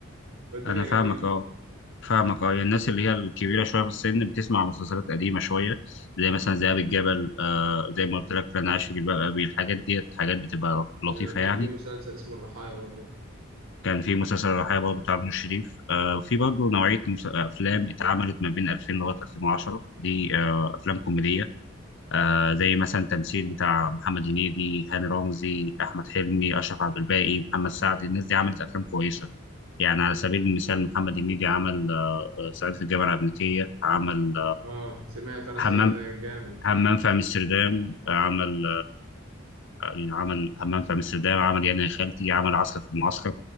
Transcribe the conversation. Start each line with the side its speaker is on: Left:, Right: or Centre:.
Right: والدنيا
Left: انا
Right: جميلة
Left: فاهمك اه فاهمك اه يعني الناس اللي هي الكبيره شويه في السن بتسمع مسلسلات قديمه شويه زي مثلا ذئاب الجبل آه زي ما قلت لك انا عايش في جلباب ابي الحاجات ديت حاجات بتبقى لطيفه
Right: وكان
Left: يعني
Right: فيه مسلسل اسمه الرحايا برضه
Left: كان في مسلسل الرحايا برضه بتاع نور الشريف آه في برضه نوعيه مس- افلام اتعملت ما بين 2000 لغايه 2010 دي آه افلام كوميديه آه زي مثلا تمثيل بتاع محمد هنيدي هاني رمزي احمد حلمي اشرف عبد الباقي محمد سعد الناس دي عملت افلام كويسه يعني على سبيل المثال محمد هنيدي عمل آه، آه، صعيدي في الجامعه الامريكيه عمل
Right: اه سمعت أنا
Left: همام
Right: سعيد ده جامد
Left: همام في امستردام عمل يعني عمل همام في امستردام عمل يعني يا خالتي عمل عسكر في المعسكر